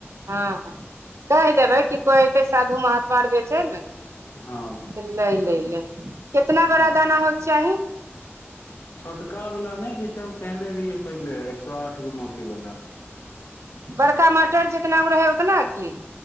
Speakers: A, on the right; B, on the left.
A: हँ हँ कहि देबै कि कोइ एयतै साधु महात्मा आर जे छैय ने
B: हँ
A: छै लै लै लेऽ कितना बड़ा
B: हँ
A: दाना होइके चाही
B: छोटका वाला ने जैसे हम पहिने रहियै पहिले एक सए आठ गो मोती वाला
A: बड़का मटर जितना गे रहै ओतना की